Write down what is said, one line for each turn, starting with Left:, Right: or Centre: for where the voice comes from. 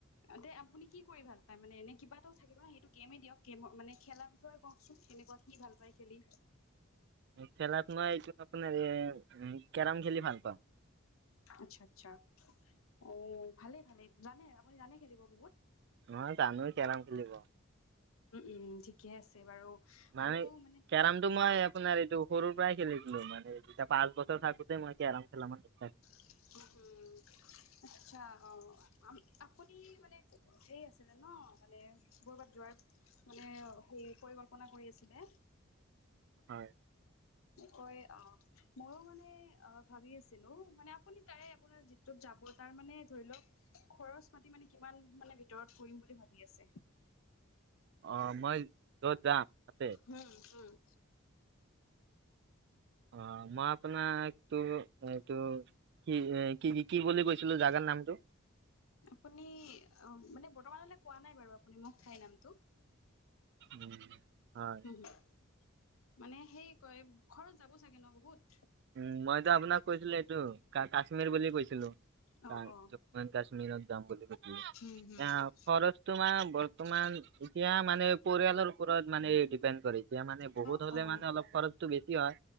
Left: এনে আপুনি কি কৰি ভাল পায় মানে এনে কিবাটো থাকিব ন সেইটো গেমেই দিয়ক গেম মানে খেলাৰ বিষয়ে কওকচোন? <unintelligible> কি ভাল পাই খেলি?
Right: খেলাত মই এইটো আপোনাৰ এ কেৰম খেলি ভাল পাওঁ <inaudible>
Left: আচ্ছা আচ্ছা, অঁ ভালে ভালে জানে আপুনি জানে খেলিব বহুত?
Right: মই জানো কেৰাম খেলিব।
Left: উমউম ঠিকে আছে বাৰু
Right: মানে
Left: আৰু মান-
Right: কেৰমটো মই আপোনাৰ এইটো সৰুৰ পৰাই খেলিছিলো, মানে পাঁচ বছৰ থাকোঁতে মই কেৰম খেলা মানুহ।
Left: <unintelligible> আচ্ছা, অ আপুনি মানে হে আছিলে ন মানে ক'ৰবাত যোৱাৰ মানে হেৰি পৰিকল্পনা কৰি আছিলে।
Right: হয়।
Left: হয় অ মইয়ো মানে অ ভাবি আছিলো মানে আপ- আপুনি তাৰে আপোনাৰ যিটোত যাব তাৰ মানে ধৰি লওক খৰচ পাতি মানে কিমান মানে ভিতৰত কৰিম বুলি ভাবি আছে।
Right: অ মই য'ত যাম তাতে
Left: উম হুম
Right: অ মই আপোনাক তো এইটো কি এ কি কি বুলি কৈছিলো জাগাৰ নামটো
Left: আপুনি অহ বৰ্তমানলৈকে কোৱা নাই বাৰু আপুনি মোক ঠাইৰ নামটো
Right: উম হয়
Left: হম হম মানে সেই কয় ঘৰত যাব চাগে ন বহুত
Right: উম মইতো আপোনাক কৈছিলো এইটো কাশ্মীৰ বুলি কৈছিলোঁ
Left: অ অ
Right: জম্মু এণ্ কাশ্মীৰত যাম বুলি কি
Left: হম হম
Right: এ খৰচ তোমাৰ বৰ্তমান এতিয়া মানে পৰিয়ালৰ ওপৰত মানে ডিপেণ্ড কৰিব এতিয়া মানে বহুত
Left: অ
Right: হ'লে
Left: অ
Right: মানে অলপ খৰচটো বেছি হয়